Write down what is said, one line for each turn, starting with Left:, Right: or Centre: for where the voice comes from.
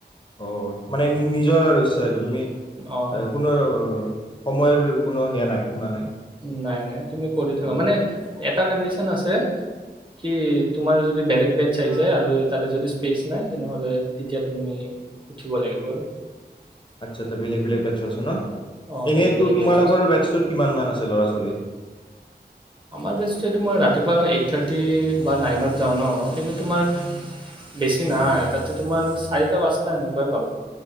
Left: অ মানে নিজৰ আৰু এইটো তুমি এ
Right: অঁ
Left: কোনো <unintelligible> সময়ৰ কোনো সেয়া নাই সীমা নাই।
Right: নাই-নাই তুমি কৰি থাকা
Left: অ
Right: মানে এটা কণ্ডিশচন আছে কি তোমাৰ যদি বেলেগ বেটচ আহিছে আৰু তাতে যদি স্পেছ নাই তেনেহ'লে তেতিয়া তুমি উঠিব লাগিব আৰু।
Left: আচ্ছা আচ্ছা বেলেগ-বেলেগ বেটছো আছে ন?
Right: অঁ
Left: এনেতো
Right: বেলেগ বেলেগ
Left: তোমালোকৰ
Right: বেটছ আছে
Left: বেটছটোত কিমান মান আছে? ল'ৰা ছোৱালী
Right: আমাৰ বেটছটোৱে তোমাৰ ৰাতিপুৱা এইথ থাৰ্টি বা নাইনত যাওঁ ন সেইটো তোমাৰ বেছি নাই তাতে তোমাৰ চাৰিটা পাঁচটা এনেকুৱাই পাবা।